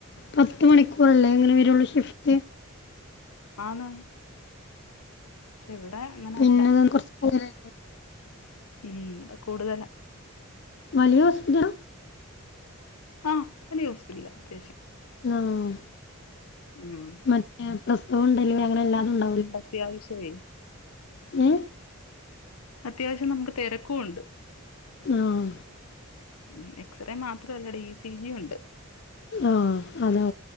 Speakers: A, on the left (about 50°); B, on the left (about 85°).
A: പത്ത് മണിക്കൂറല്ലേ അങ്ങനെ വരുള്ളൂ ഷിഫ് റ്റ്
B: ആന്ന് ക്ഷെ ഇവിടെ അങ്ങനെയല്ല
A: പിന്നെ അത് കുറച്ച് <unintelligible>
B: ഉം ഇവ്ട കൂടുതലാ
A: വലിയ ഹോസ്പിറ്റലാ
B: ആഹ് വലിയ ഹോസ്പിറ്റലാ അത്യാവശ്യം
A: ആഹ്
B: ഉം
A: മറ്റേ പ്രസവം ഉണ്ടല്ലെങ്കിൽ അങ്ങനെ എല്ലാന്നും ഉണ്ടാവൂലേ
B: അത്യാവശ്യവേ
A: ഏഹ്
B: അത്യാവശ്യം നമുക്ക് തിരക്കും ഉണ്ട്
A: ആഹ്
B: ഉ എക്സ്റേ മാത്രമല്ല ഡി ഇ സി ജി ഉണ്ട്
A: ആഹ് അതാ